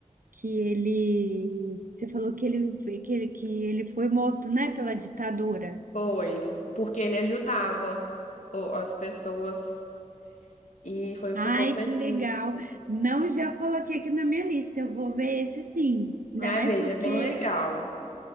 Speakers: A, on the right; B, on the left.
A: que ele, você falou que ele, que ele, que ele foi morto, né? Pela ditadura.
B: Foi, porque ele ajudava o- as pessoas e foi
A: Ai,
B: por conta
A: que legal.
B: disso.
A: Não já coloquei aqui na minha lista. Eu vou ver esse sim. Ainda
B: Ah,
A: mais
B: veja,
A: porque
B: é bem legal.